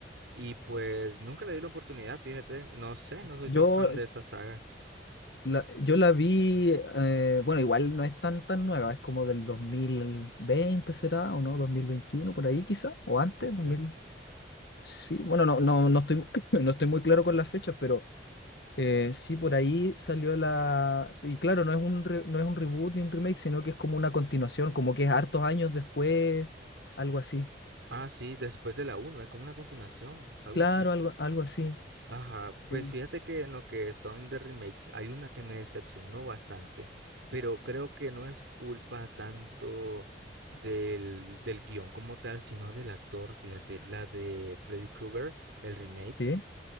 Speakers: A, on the right; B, on the left.
A: y pues nunca le di la oportunidad, fíjate, no sé, no soy
B: yo
A: tan fan de esa saga.
B: la, yo la vi, eh, bueno, igual no es tan tan nueva, es como del 2020 será, o no, 2021 por ahí quizá, o antes,
A: Ok.
B: 2000. Sí, bueno, no, no, no estoy, <clears throat> no estoy muy claro con las fechas, pero Eh, sí, por ahí salió la... Y claro, no es un re- no es un reboot ni un remake, sino que es como una continuación, como que es hartos años después, algo así.
A: Ah, sí, después de la uno es como una continuación, algo
B: Claro,
A: así.
B: algo, algo así.
A: Ajá, pues
B: Sí,
A: fíjate que en lo que son de remakes hay una que me decepcionó bastante, pero creo que no es culpa tanto del, del guión como tal, sino del actor, fíjate, la de Freddy Krueger, el remake.
B: sí,